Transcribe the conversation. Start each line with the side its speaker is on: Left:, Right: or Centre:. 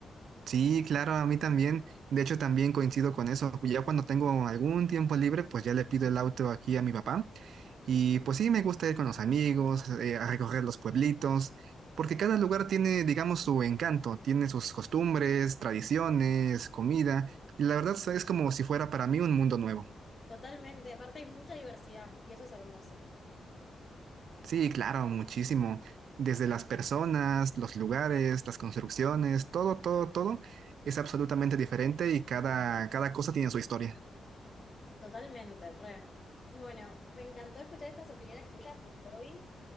Right: Sí, claro, a mí también. De hecho, también coincido con eso. Ya cuando tengo algún tiempo libre, pues ya le pido el auto aquí a mi papá Y pues sí, me gusta ir con los amigos, eh, a recorrer los pueblitos, porque cada lugar tiene, digamos, su encanto, tiene sus costumbres, tradiciones, comida, y la verdad es como si fuera para mí un mundo nuevo.
Left: Totalmente, aparte hay mucha diversidad y eso es hermoso.
Right: Sí, claro, muchísimo. Desde las personas, los lugares, las construcciones, todo, todo, todo es absolutamente diferente y cada, cada cosa tiene su historia.
Left: Totalmente, re. Bueno, me encantó escuchar estas opiniones tuyas, tus hobbies.